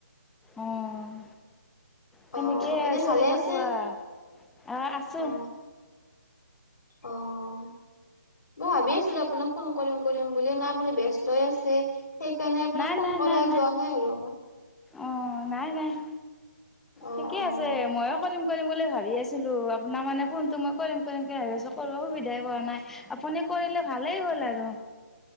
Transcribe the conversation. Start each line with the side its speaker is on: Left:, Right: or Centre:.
Centre: অ'। সেনেকেইে
Left: অ এনে
Centre: চলি
Left: ভালে
Centre: থাকো
Left: আছে
Centre: আহ আহ আছো।
Left: অ অ'। মই ভাবি আছিলো আপোনাক ফোন কৰিম কৰিম বুলিও নাই আপুনি ব্যস্তই আছে। সেইকাৰণে আপোনাৰ
Centre: নাই
Left: ফোন
Centre: নাই
Left: কৰা
Centre: নাই
Left: যোৱা নাই আৰু।
Centre: অ' নাই নাই
Left: অ
Centre: ঠিকে
Left: অ
Centre: আছে। ছে ময়ো কৰিম কৰিম বুলি ভাবি আছিলো আপোনাৰ মানে ফোনটো মই কৰিম কৰিম বুলি ভাবি আছো। কো সুবিধাই পোৱা নাই আপুনি কৰিলে ভালেই হ'ল আৰু।